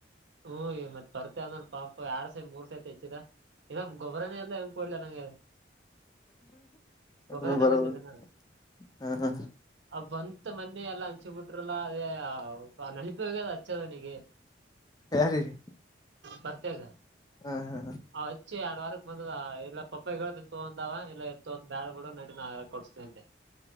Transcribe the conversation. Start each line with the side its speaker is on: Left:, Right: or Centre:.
Right: ಹ್ಮ ಮತ್ತ್ ಬರ್ತೆ ಅಂದನ್ - ಎರಡ್ ಸೈಟ್ ಮೂರ್ ಸೈಟ್ ಹೆಚ್ಚಿದ ಇಗ ಗೊಬ್ಬರನ ಎಲ್ಲ ಹೆಂಗ್ ಕೊಡ್ಲ ಅನಂಗ್ <unintelligible>
Left: ಅದನ್ನು
Right: ಗೊಬ್ಬರನ
Left: ಬರೋದು
Right: ಬೆಂದಿಲ್ಲನಾ
Left: ಹಾ ಹಾ
Right: ಆ ಬಂತ ಮನ್ನೆಯ ಎಲ್ಲ. ಹಚ್ಚಿ ಬಿಟ್ರಲ್ಲ ಅದೇ ನೆನಪಾಗ ಅದ ಹಚ್ಚದನಿಗೆ.
Left: ಯಾರಿಗೆ
Right: ಬತ್ಯೇ ಗ
Left: ಹಾ ಹಾ
Right: ಅವ್ ಹಚ್ಚಿ ಎರಡ್ ವಾರಕ್ ಬಂದದ ಇಲ್ಲ ಪಪ್ಪಾಯಿಗಳು ತಿಂತ ಅಂದವ ಇಲ್ಲ ಎತ್ತು ಬ್ಯಾಡ ಬಿಡು <unintelligible> ಕೊಡ್ಸತೇಂತೆ